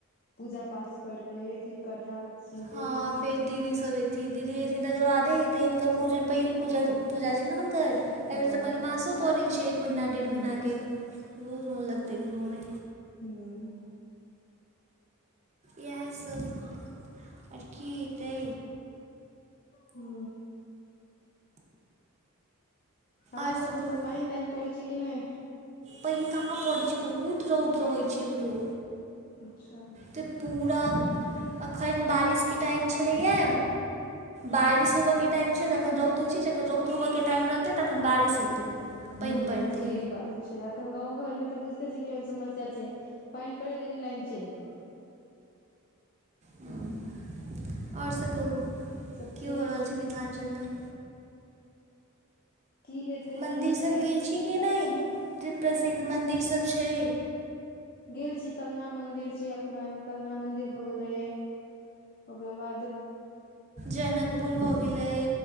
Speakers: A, on the left; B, on the right.
A: पूजा पाठ पर ते कथठा सुन
B: हँ
A: तेह
B: फेर दीदी सब एयथिन दीदी एयथिन तकर बादेे हेते तऽ हिनकर पूजन पहिलू पूजा छै ने हुनकर एहिबेर
A: हँ
B: तऽ मलेमासो पड़ैत छै एक महिना डेढ़
A: ह
B: महिनाकेऽ बहुत मोन लगतै घूमऽमे
A: हूँ
B: इएह सब ओर की हेतै
A: हू आहाँ
B: आओर
A: सब
B: सभ
A: ओतय
B: कहू
A: पैन तैन परे छै कि नहि
B: पैन कहाँ पड़ै छै बहुत रौद रहै छै अमरो
A: अच्छा
B: तऽ पूरा अखन बारिशके टाइम छलैया बारिश होबयके टाइम छै जखन रौद होइत छै जखन रौद होबयके टाइम रहतै तखन बारिश हेतै पानि
A: ह
B: पड़तै
A: सही बात छै अखन गाँव घरमे तऽ बुझ े छै केहन समस्या छै पैन पड़े देरी लाइन चैल गेल
B: ह आओर सब कहू
A: सब
B: की
A: ठीक
B: हो रहल छै मिथिलाञ्चलमे
A: की हेतै
B: मंदिर
A: नहि हेतै
B: सब गेल छी के नहि जे प्रसिद्ध मंदिर सब छै
A: गेल छी कलना मंदिर छी अपना कलना मंदिर भऽ गेलै ओकर बाद
B: जनकपुर
A: बहुत
B: भऽ गेलै